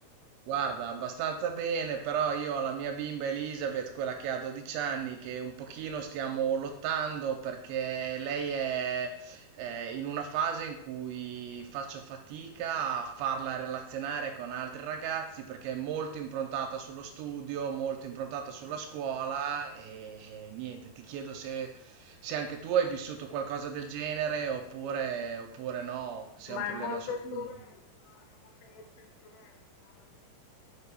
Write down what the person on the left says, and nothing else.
Mm.
Ma
è molto
introversa?
È anche molto introversa?